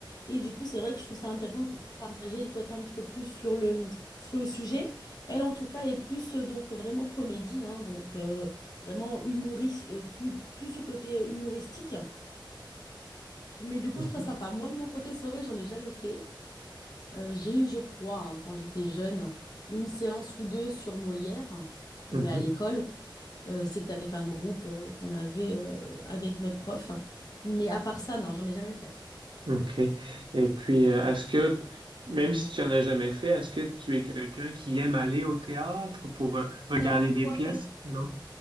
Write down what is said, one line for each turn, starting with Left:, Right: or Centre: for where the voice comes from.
Left: Et du coup, c'est vrai que je trouve ça intéressant de partager et de connaître un petit peu plus sur le, sur le sujet. Elle, en tout cas, est plus euh, donc vraiment comédie, hein, donc euh, vraiment humoriste, euh, plus, plus du côté euh, humoristique. Mais du coup,
Right: Mhm,
Left: je trouve ça sympa. Moi, de mon côté, c'est vrai que j'en ai jamais fait. Euh, j'ai eu, je crois, hein, quand j'étais jeune, une séance ou deux sur Molière,
Right: mhm.
Left: euh, mais à l'école. Euh, c'était avec un groupe euh, qu'on avait euh, avec notre prof. Mais à part ça, non, j'en ai jamais fait.
Right: OK. Et puis, euh, est-ce que, même si tu en as jamais fait, est-ce que tu es quelqu'un qui aime aller au théâtre pour euh, regarder
Left: Non, moi
Right: des pièces?
Left: pas.
Right: Non?